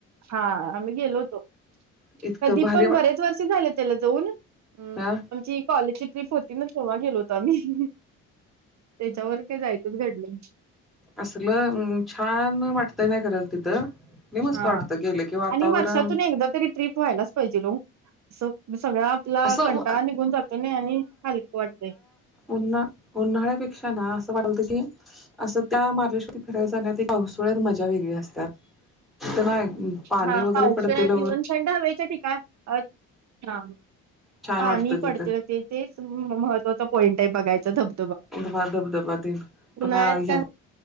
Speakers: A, on the right; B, in the centre.
A: हा आम्ही गेलो होतो.
B: इतकं
A: कधीपण
B: भारी वाट
A: बरेच वर्षी झाले त्याला जाऊन.
B: हा
A: आमची कॉलेजची ट्र्रीप होती ना तेव्हा गेलो होतो आम्ही. त्याच्यावर काय जाय <unintelligible> घडलंय.
B: असल छान वाटतंय ना खरच तिथं लय मस्त
A: हा
B: वाटतं गेलं की वातावरण
A: आणि वर्षातून एकदा तरी ट्रीप व्हायलाच पाहिजे ओ. सग सगळा आपला
B: असं
A: कंटाळा निघून जातोय नाही आणि हालकं वाटतंय.
B: उन्हा-उन्हाळ्यापेक्षा ना असं वाटालत की असं त्या मार्लेश्वरला फिरायला जाण्यात व्यवस्था एक पावसोळ्यात मजा वेगळी असत्यात. तर ना पाणी
A: हा
B: वगैरे
A: पावसाळ्यात
B: पडतेल
A: ईवन थंड हवेचे ठिकाण अ हा
B: छान
A: पाणी
B: वाटतं
A: पडतेलं
B: तिथं
A: ते. तेच महत्वाचा पॉईंट आहे बघायचं धब
B: <unintelligible> धबधबा तेन
A: उन्हाळ्यात
B: पुन्हा
A: काय
B: या